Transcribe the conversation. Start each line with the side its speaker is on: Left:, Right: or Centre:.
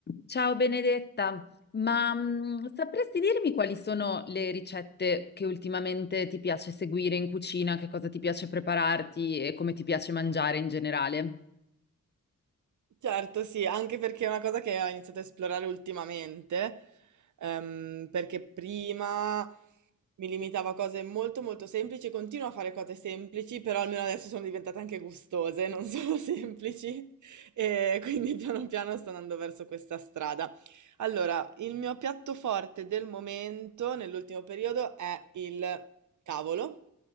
Left: Ciao Benedetta, ma mm, sapresti dirmi quali sono le ricette che ultimamente ti piace seguire in cucina, che cosa ti piace prepararti e come ti piace mangiare in generale?
Right: Certo, sì, anche perché è una cosa che ho iniziato a esplorare ultimamente, ehm, perché prima mi limitavo a cose molto molto semplici, continuo a fare cose semplici, però almeno adesso sono diventate anche gustose, non solo <laughs> semplici, e quindi piano piano sto andando verso questa strada. Allora, il mio piatto forte del momento, nell'ultimo periodo, è il cavolo,